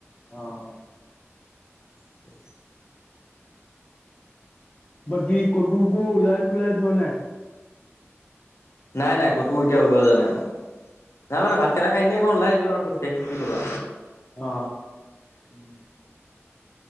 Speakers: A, on the left; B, on the left.
A: অ
B: সেইটোৱে।
A: বাকী কলৈকো ওলাই চুলাই যোৱা নাই?
B: নাই নাই ক'তো এতিয়া ওলোৱা যোৱা নাই মই নাই মানে ভাতকেইটা খাই এনেই এখন ওলাইছো আৰু খোজকাঢ়ি কি কবা।
A: অ
B: উম।